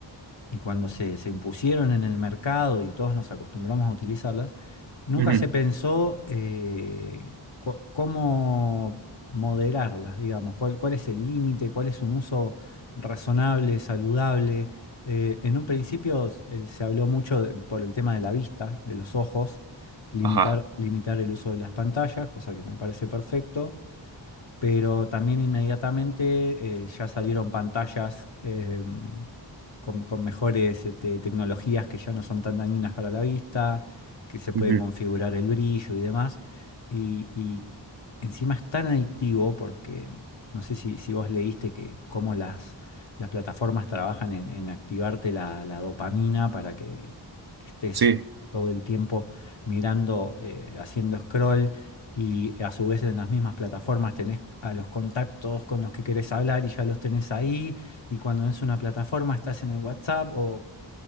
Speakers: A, on the left; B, on the right.
A: y cuando se, se impusieron en el mercado y todos nos acostumbramos a utilizarlas, nunca
B: Ujú.
A: se pensó eh, cu- cómo moderarlas, digamos, cuál, cuál es el límite, cuál es un uso razonable, saludable. Eh, en un principio eh, se habló mucho de- por el tema de la vista, de los ojos, limitar,
B: Ajá.
A: limitar el uso de las pantallas, cosa que me parece perfecto pero también inmediatamente eh, ya salieron pantallas eh, con, con mejores este, tecnologías que ya no son tan dañinas para la vista, que se puede
B: Ujú.
A: configurar el brillo y demás. Y, y encima es tan adictivo porque no sé si, si vos leíste que cómo las, las plataformas trabajan en, en activarte la, la dopamina para que estés
B: Sí.
A: todo el tiempo mirando, eh, haciendo scroll y a su vez en las mismas plataformas tenés a los contactos con los que querés hablar y ya los tenés ahí. Y cuando no es una plataforma estás en el WhatsApp o